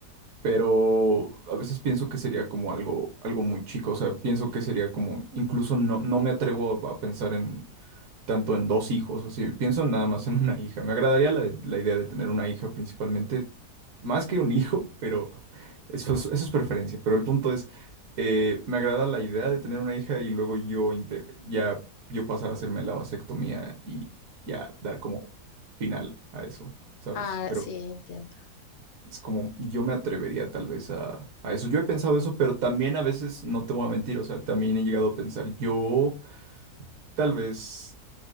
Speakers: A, on the right; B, on the left.
A: pero a veces pienso que sería como algo, algo muy chico, o sea, pienso que sería como, incluso no, no me atrevo a pensar en tanto en dos hijos, o sea, pienso nada más en una hija, me agradaría la, la idea de tener una hija principalmente, más que un hijo, pero... Eso es, eso es preferencia, pero el punto es, eh, me agrada la idea de tener una hija y luego yo inte- ya yo pasar a hacerme la vasectomía y ya dar como final a eso, ¿sabes?
B: Ah,
A: Pero
B: sí, entiendo.
A: es como yo me atrevería tal vez a, a eso. Yo he pensado eso, pero también a veces no te voy a mentir, o sea, también he llegado a pensar, yo tal vez,